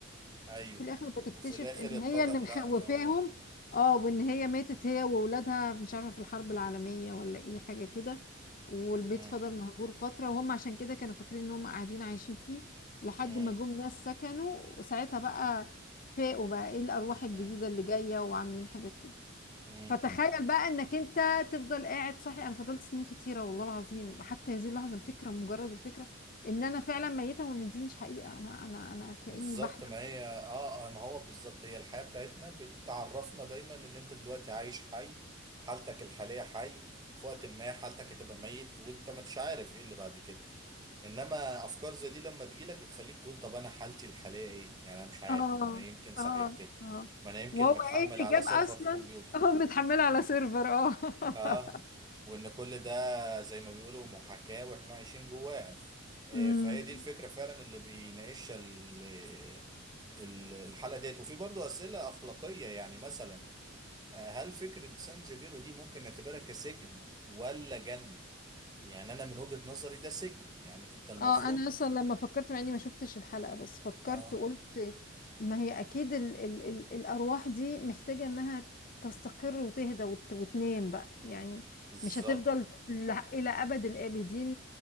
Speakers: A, on the right; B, on the left.
A: ايوه
B: في الاخر بتكتشف
A: وفي الاخر
B: ان
A: يتضح
B: هي اللي
A: لا
B: مخوفاهم
A: ان هو
B: اه وان هي ماتت هي واولادها مش عارفه في الحرب العالميه ولا ايه حاجه كده والبيت
A: مم.
B: فضل مهجور فتره وهم عشان كده كانوا فاكرين ان هم قاعدين عايشين فيه لحد
A: مم.
B: ما جم ناس سكنوا وساعتها بقى فاقوا بقى ايه الارواح الجديده
A: مم.
B: اللي جايه وعاملين حاجات كده
A: مم.
B: فتخيل بقى انك انت تفضل قاعد صاحي انا فضلت سنين كتيره والله العظيم حتى هذه اللحظه الفكره مجرد الفكره ان انا فعلا ميته وان دي مش حقيقه انا انا انا كاني
A: بالظبط
B: بحلم
A: ما هي اه آه، ما هو بالظبط هي الحياة بتاعتنا بتعرفنا دايما ان انت دلوقتي عايش حي حالتك الحالية حي في وقت ما حالتك هتبقى ميت وانت ما انتش عارف ايه اللي بعد كده انما افكار زي دي لما تجيلك بتخليك تقول طب انا حالتي الحالية ايه يعني انا مش عارف
B: اه
A: ما انا يمكن صحيح
B: اه
A: كده
B: اه
A: ما انا يمكن
B: وهو
A: متحمل
B: ايه اللي
A: على
B: جاب
A: سيرفر
B: اصلا
A: في كمبيوتر
B: <laughs> اه متحمله على سيرفر اه <laughs>
A: اه وان كل ده زي ما بيقولوا محاكاة واحنا عايشين جواها آه،
B: امم
A: فهي دي الفكرة فعلا اللي بيناقشها ال- الحالة ديت وفي برضه أسئلة أخلاقية يعني مثلا آه، هل فكرة سان جيبيرو دي ممكن نعتبرها كسجن ولا جنة؟ يعني أنا من وجهة نظري ده سجن يعني أنت المفروض
B: اه انا اصلا لما فكرت مع اني ما شفتش الحلقه بس فكرت
A: آه
B: وقلت ما هي اكيد ال ال ال الارواح دي محتاجه انها تستقر وتهدى وت وتنام بقى يعني
A: بالظبط
B: مش هتفضل ل- الى ابد الابدين